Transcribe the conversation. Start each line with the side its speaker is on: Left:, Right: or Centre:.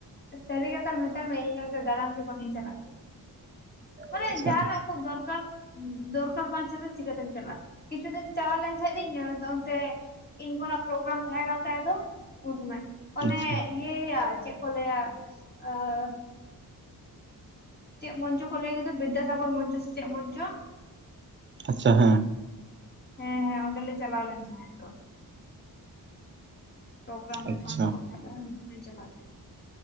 Left: ᱥᱟᱹᱨᱤ ᱠᱟᱛᱷᱟ ᱢᱮᱛ ᱢᱮ ᱤᱧ ᱫᱟᱲᱟᱱ ᱜᱮ ᱵᱟᱝᱟᱹᱧ ᱪᱟᱞᱟᱜ ᱜᱮᱭᱟ᱾ ᱢᱟᱱᱮ
Right: ᱟᱪᱪᱷᱟ
Left: ᱡᱟᱦᱟᱱᱟ ᱠᱚ ᱫᱚᱨᱠᱟᱨ᱾ ᱫᱚᱨᱠᱟᱨ ᱵᱟᱝᱠᱷᱟᱱ ᱫᱚ ᱪᱤᱠᱟ ᱛᱮᱢ ᱪᱟᱞᱟᱜᱼᱟ ᱠᱤᱪᱷᱩ ᱫᱤᱱ ᱪᱟᱞᱟᱣ ᱞᱮᱱ ᱠᱷᱟᱱ ᱫᱚᱤᱧ ᱚᱱᱛᱮ᱾ ᱤᱧ ᱠᱷᱚᱱᱟᱜ ᱯᱨᱳᱜᱨᱟᱢ ᱛᱟᱸᱦᱮ ᱠᱟᱱ ᱛᱟᱭ ᱫᱚ ᱩᱱ <inaudible>
Right: ᱟᱪᱪᱷᱟ
Left: ᱚᱱᱮ ᱤᱭᱟᱹᱭᱟ ᱪᱮᱫ ᱠᱚ ᱞᱟᱹᱭᱟ ᱟᱻᱩᱸ ᱪᱮᱫ ᱢᱚᱧᱪ ᱠᱚ ᱞᱟᱹᱭ ᱛᱚ ᱵᱤᱫᱥᱟᱜᱚᱨ ᱢᱚᱧᱪ ᱥᱮ ᱪᱮᱫ ᱢᱚᱧᱪ᱾
Right: ᱟᱪᱪᱷᱟ ᱦᱮᱸ
Left: ᱦᱮᱸ ᱦᱮᱸ ᱚᱸᱰᱮᱞᱮ ᱪᱟᱞᱟᱣ ᱞᱮᱱ ᱛᱟᱦᱮᱸᱜ ᱫᱚ᱾ ᱯᱨᱜᱨᱟᱢ ᱦᱩᱭᱩᱜ
Right: ᱟᱪᱪᱷᱟ
Left: ᱠᱟᱱ ᱛᱟᱵᱚᱱ ᱠᱷᱟᱱ ᱩᱱ ᱥᱚᱢᱚᱭ ᱤᱧ ᱪᱟᱞᱟᱣ ᱞᱮᱱᱟ᱾